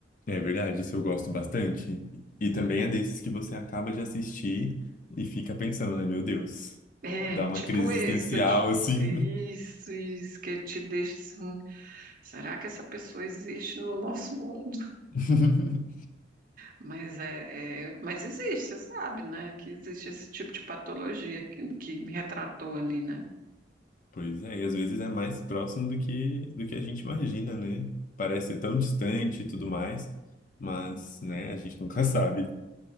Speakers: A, on the left (about 45°); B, on the right (about 50°).
A: É verdade, esse eu gosto bastante. E também é desses que você acaba de assistir e fica pensando, né? Meu Deus,
B: É,
A: dá
B: tipo
A: uma crise
B: esse
A: existencial,
B: que eu te.
A: assim.
B: Isso, isso, que ele te deixa assim. Será que essa pessoa existe no nosso mundo?
A: <laughs>
B: Mas é, é- mas existe, você sabe, né? Que existe esse tipo de patologia que, que me retratou ali, né?
A: Pois é, e às vezes é mais próximo do que, do que a gente imagina, né? Parece tão distante e tudo mais, mas, né, a gente nunca <laughs> sabe.